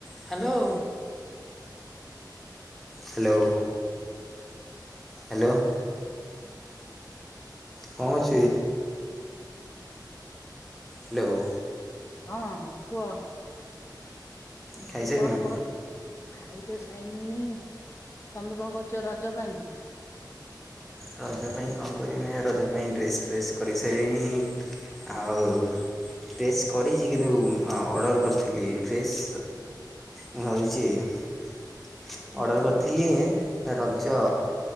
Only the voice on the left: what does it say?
ହଁ କୁହ।
ଆଉ କଣ କର ଖାଇ ତ ସାଇନିନି ତମେ କଣ କରୁଛ ରଜ ପାଇଁ।
ଓହୋ